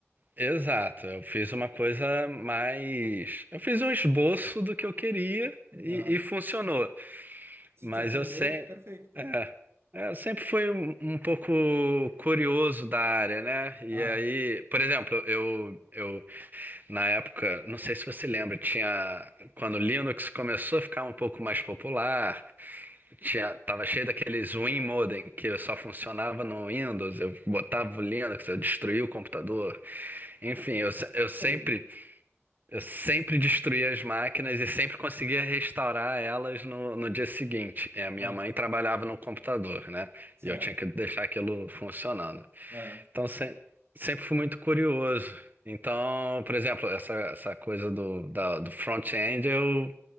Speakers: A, on the right; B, on the right.
A: exato. Eu fiz uma coisa mais. Eu fiz um esboço do que eu queria e,
B: Aham.
A: e funcionou.
B: Se
A: Mas
B: te atendeu,
A: eu, se...
B: perfeito, cara.
A: é, é, eu sempre fui um, um pouco curioso da área, né? E
B: Aham.
A: aí, por exemplo, eu, eu na época, não sei se você lembra, tinha quando o Linux começou a ficar um pouco mais popular, tinha, tava cheio daqueles WinModem que só funcionava no Windows, eu botava o Linux, eu destruía o computador. Enfim, eu, se- eu sempre
B: Tá ligado?
A: eu sempre destruía as máquinas e sempre conseguia restaurar elas no, no dia seguinte. É a minha
B: Aham.
A: mãe trabalhava no computador, né?
B: Certo.
A: E eu tinha que deixar aquilo funcionando.
B: Aham.
A: Então, se- sempre fui muito curioso. Então, por exemplo, essa, essa coisa do, da- do front-end eu,